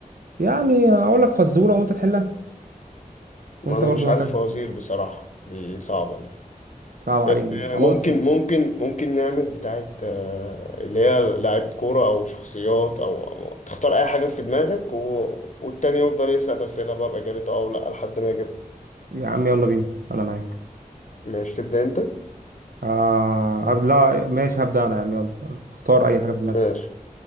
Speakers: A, on the right (about 85°); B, on the left (about 55°).
A: يعني اقول لك فزوره وانت تحلها وانت
B: ما انا
A: برضو
B: مش عارف
A: هكذا
B: فوازير بصراحه دي صعبه دي
A: صعب عليك
B: أه
A: دي خلاص
B: ممكن ممكن ممكن نعمل بتاعه أه اللي هي لعيبه كوره او شخصيات او أو تختار اي حاجه في دماغك و... والتاني يفضل يسال اسئله بقى باجابته اه او لا لحد ما يجيب
A: يا عم يلا بينا انا معاك
B: ماشي تبدا انت
A: آه أب- لا ماشي هبدا انا يا عم يلا اختار اي حاجه في دماغك
B: ماشي